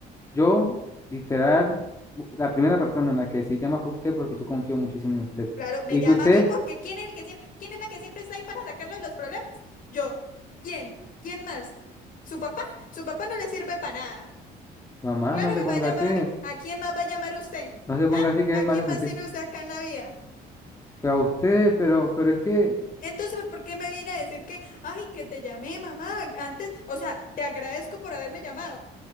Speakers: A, on the left; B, on the left.
A: yo, literal, bu- la primera persona en la que sí llama fue usted porque yo confío muchísimo en usted.
B: Claro, me
A: Y
B: llama
A: que usted,
B: a mí porque ¿quién es el que siempre, quién es la que siempre está ahí para sacarlo de los problemas? Yo. ¿Quién? ¿Quién más? ¿Su papá? Su papá no le sirve para nada.
A: mamá,
B: Claro
A: no se
B: que me
A: ponga
B: va a llamar
A: así,
B: a mí. ¿A quién más va a llamar usted?
A: no se ponga
B: ¿Ah?
A: así que
B: ¿A
A: me
B: quién
A: hace sentir.
B: más tiene usted acá en la vida?
A: Pero a usted, pero, pero es que
B: Entonces, ¿por qué me viene a decir que, ay, que te llamé, mamá? Antes, o sea, te agradezco por haberme llamado.